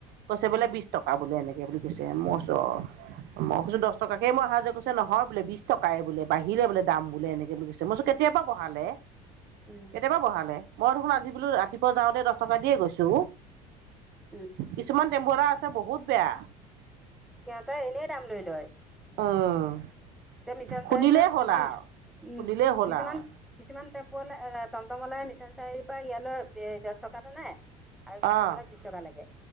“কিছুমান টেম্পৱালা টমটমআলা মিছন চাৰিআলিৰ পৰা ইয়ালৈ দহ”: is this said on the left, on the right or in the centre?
Centre